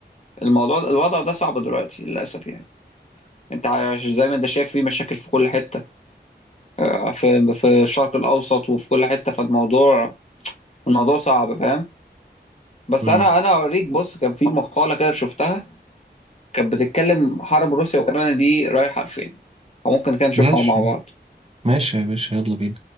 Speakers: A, on the left; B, on the right.
A: الموضوع الوضع ده صعب دلوقتي للاسف يعني انت عايش- زي ما انت شايف في مشاكل في كل حته أه، في في الشرق الاوسط وفي كل حته فالموضوع الموضوع صعب فاهم بس
B: مم.
A: انا انا اوريك بص كان في مقاله كده شفتها كانت بتتكلم حرب روسيا واوكرانيا دي رايحه لفين فممكن كده نشوفها
B: ماشي
A: مع بعض
B: ماشي يا باشا يلا بينا